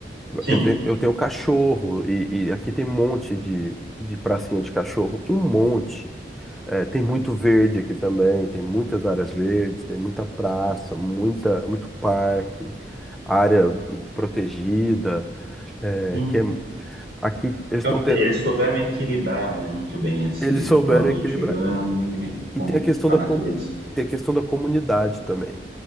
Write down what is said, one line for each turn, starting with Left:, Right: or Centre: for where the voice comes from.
Right: sim,
Centre: eu tenho, eu tenho cachorro e, e aqui tem um monte de, de pracinha de cachorro, um monte. É, tem muito verde aqui também, tem muitas áreas verdes, tem muita praça, muita, muito parque, área protegida. É,
Right: sim.
Centre: que é- aqui eles
Right: Então,
Centre: estão tendo,
Right: te- eles souberam equilibrar, né, muito bem esse
Centre: eles souberam
Right: o ambiente
Centre: equilibrar,
Right: urbano e com
Centre: E tem a questão
Right: a
Centre: da,
Right: natureza.
Centre: com... tem a questão da comunidade também.